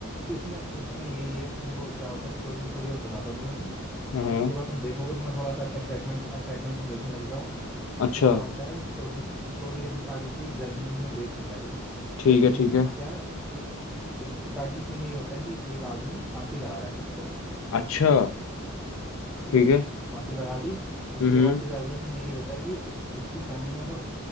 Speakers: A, in the centre; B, on the left.
A: तो उसमें उसमें यही है कि देखो क्या होता है स्टोरी थोड़ी बहुत बताता हूँ तुम्हें मैं
B: हाँ
A: उसके बाद तुम देखोगे तुम्हें थोड़ा सा एक्साइटमेंट एक्साइटमेंट तुम देखने लग जाओ
B: अच्छा
A: तो क्या होता है स्टोरी स्टोरी कैसे स्टार्ट होती है एक जर्मनी में देश होता है ठीक है
B: ठीक
A: जर्मनी
B: है ठीक
A: में
B: है
A: क्या एक एक स्टार्टिंग सीन यही होता है कि एक आदमी फांसी लगा रहा है खुद को
B: अच्छा
A: ठीक है ठीक
B: ठीक
A: है
B: है
A: फांसी लगा ली उसके
B: हम्म
A: बाद सीधा अगला सीन यही होता है कि उ- उसकी फैमिली मतलब